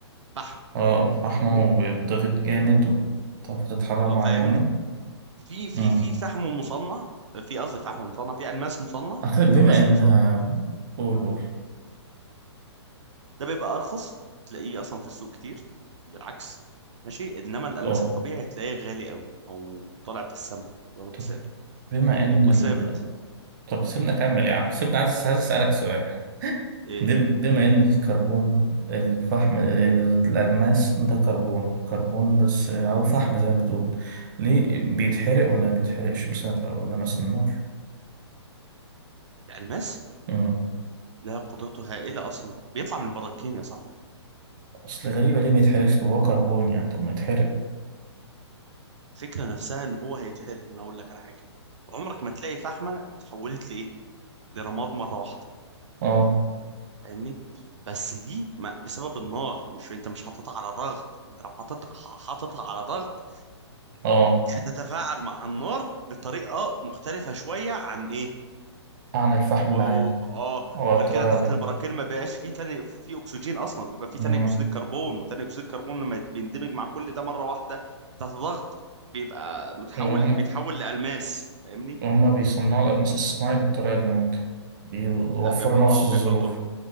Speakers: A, on the right; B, on the right.
A: فحم
B: آه فحمه
A: فاهمني
B: بيتضغط جامد وتضغط حرارة
A: اه
B: معينة
A: فاهمني في في
B: مم.
A: في فحم مصنع في قصدي فحم مصنع في الماس مصنع
B: أعتقد
A: الالماس
B: بما إنها
A: المصنع
B: قول قول
A: ده بيبقى ارخص تلاقيه اصلا في السوق كتير بالعكس ماشي انما الالماس
B: آه
A: الطبيعي تلاقيه غالي قوي او طالع في السماء ضرب
B: طب
A: سعر
B: بما
A: فاهمني
B: إن
A: وثابت
B: طب سيبنا أكمل يا عم سيبنا عايز عايز أسألك سؤال
A: إيه؟
B: دي- بما إن الكربون الفحم الألماس ده كربون كربون بس أو فحم زي ما بتقول ليه
A: مم.
B: بيتحرق ولا ما بيتحرقش مثلا لو ولا مثلا النار
A: الالماس
B: مم.
A: لا قدرته هائله اصلا بيطلع من البراكين يا صاحبي
B: أصل غريبة ليه ما يتحرقش طب هو كربون يعني طب ما يتحرق
A: الفكره نفسها ان هو هيتحرق ما انا هقول لك على حاجه عمرك ما تلاقي فحمه اتحولت لايه لرماد مره واحده
B: أه
A: فاهمني بس دي ما بسبب النار مش انت مش حاططها على ضغط انت لو حاطط ح- حاططها على ضغط
B: أه
A: دي هتتفاعل مع النار بطريقه مختلفه شويه عن ايه
B: عن الفحم
A: و...
B: العادي
A: و- اه
B: أو على
A: وغير
B: الطريقة
A: كده تحت
B: دي
A: البراكين ما بقاش فيه تاني في اكسجين اصلا بيبقى فيه
B: مم.
A: ثاني اكسيد الكربون وثاني اكسيد الكربون لما بيندمج مع كل ده مره واحده تحت ضغط بيبقى متحول
B: هم
A: بيتحول لألماس فاهمني
B: هما بيصنعوا الألماس الصناعي بالطريقة دي ممكن بيوفروا
A: لا بيحط اه
B: نفس
A: بيحطوا
B: الظروف